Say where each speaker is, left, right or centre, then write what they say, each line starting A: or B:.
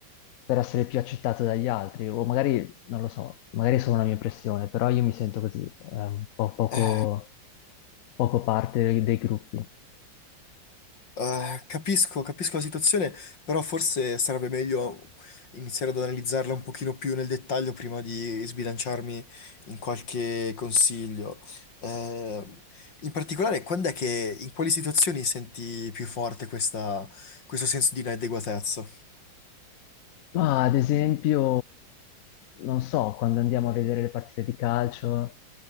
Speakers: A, on the left; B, on the left.
A: per essere più accettato dagli altri, o magari, non lo so, magari è solo una mia impressione, però io mi sento così, eh, un po' poco,
B: Eh,
A: poco parte dei gruppi.
B: eh, capisco, capisco la situazione, però forse sarebbe meglio iniziare ad analizzarla un pochino più nel dettaglio prima di sbilanciarmi in qualche consiglio. Eh, in particolare, quando è che, in quali situazioni senti più forte questa- questo senso di inadeguatezza?
A: Ma ad esempio, non so, quando andiamo a vedere le partite di calcio